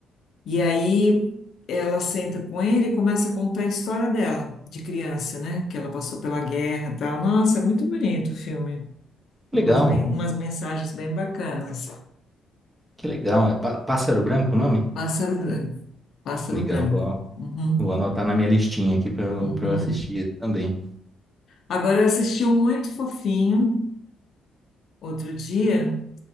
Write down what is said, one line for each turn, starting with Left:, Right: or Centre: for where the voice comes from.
Left: E aí ela senta com ele e começa a contar a história dela, de criança, né? Que ela passou pela guerra e tal. Nossa, é muito bonito o filme.
Right: que
Left: Tem
Right: legal,
Left: umas, men- umas mensagens bem bacanas.
Right: que legal. É Pá- Pássaro Branco o nome?
Left: Pássaro branco. Pássaro
Right: Legal,
Left: branco.
Right: vou,
Left: Uhum,
Right: vou anotar na minha listinha aqui pra eu,
Left: uhum.
Right: pra eu assistir também.
Left: Agora eu assisti um muito fofinho outro dia,